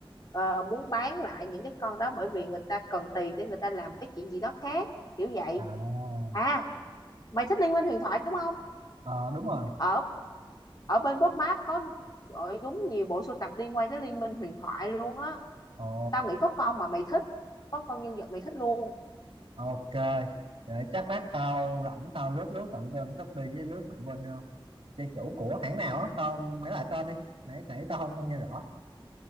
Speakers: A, on the left (about 45°); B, on the right (about 80°).
A: ờ, muốn bán lại những cái con đó bởi vì người ta cần tiền để người ta làm cái chuyện gì đó khác kiểu vậy
B: à
A: à mày thích liên minh huyền thoại đúng không
B: ờ đúng rồi
A: ở ở bên Pop Mart có ôi, đúng nhiều bộ sưu tập liên quan tới liên minh huyền thoại luôn á
B: ồ
A: tao nghĩ có con mà mày thích có con nhân vật mày thích luôn
B: ok để chắc lát tao rảnh tao lướt lướt thử bên Shopee với lướt thử bên ờ, trang chủ của hãng nào á tao mấy lại tên đi nãy nãy tao không không nghe rõ